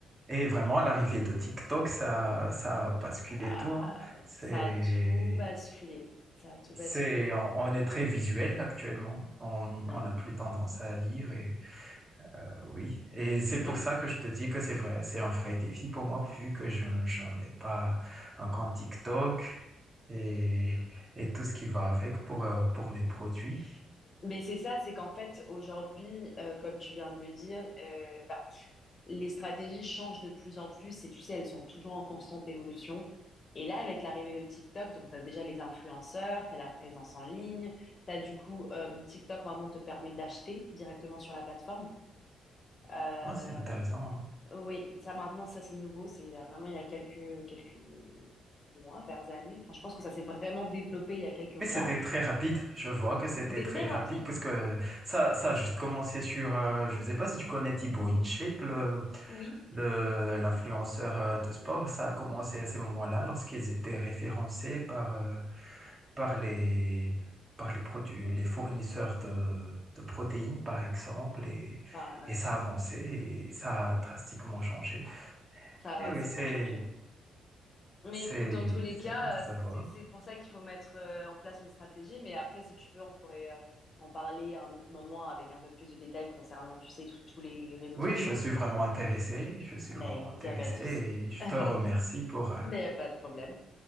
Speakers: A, on the right; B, on the left.
A: Et vraiment, l'arrivée de TikTok, ça, ça a basculé
B: Ah,
A: tout. hein. C'est,
B: ça a tout basculé. Ça a tout
A: c'est,
B: basculé.
A: on on est très visuel actuellement. On,
B: Non,
A: on n'a
B: non.
A: plus tendance à lire et, oui, et c'est pour
B: Et,
A: ça que je te dis que c'est vrai, c'est un vrai défi pour moi, vu que je n'en ai pas un compte TikTok et, et tout ce qui va avec pour, euh, pour mes produits.
B: mais c'est ça, c'est qu'en fait, aujourd'hui, euh, comme tu viens de le dire, euh, bah, les stratégies changent de plus en plus et tu sais, elles sont toujours en constante évolution. Et là, avec l'arrivée de TikTok, donc tu as déjà les influenceurs, tu as la présence en ligne, tu as du coup euh, TikTok maintenant te permet d'acheter directement sur la plateforme. Euh,
A: Ah, c'est intéressant, hein.
B: oui, ça maintenant, ça c'est nouveau, c'est il y a vraiment il y a quelques, quelques mois, vers années. Enfin, je pense que ça s'est vraiment développé il y a quelques mois.
A: Oui, c'était très rapide. Je vois que c'était
B: C'était
A: très
B: très rapide,
A: rapide parce que ça, ça a juste commencé sur, euh, je ne sais pas si tu connais Thibaut InShape, le,
B: oui,
A: le- l'influenceur euh, de
B: oui,
A: sport.
B: oui.
A: Ça a commencé à ces moments-là lorsqu'ils étaient référencés par, euh, par les, par les produits, les fournisseurs de, de protéines, par exemple. Et,
B: Enfin,
A: et
B: ouais,
A: ça
B: c'est
A: a avancé
B: ça.
A: et ça a drastiquement changé.
B: Ça a
A: Et
B: drastiquement
A: oui, c'est,
B: changé. Mais
A: c'est,
B: écoute, dans tous les
A: c'est
B: cas,
A: cool de savoir.
B: euh, c'est c'est pour ça qu'il faut mettre euh, en place une stratégie. Mais après, si tu veux, on pourrait euh, en parler à un autre moment avec un peu plus de détails concernant, tu sais, tous tous les réseaux
A: Oui,
B: sociaux.
A: je suis vraiment intéressé, je suis vraiment
B: Mais écoute,
A: intéressé
B: il n'y a pas de souci.
A: et
B: <laughs>
A: je
B: Mais
A: te remercie pour, euh,
B: il n'y a pas de problème.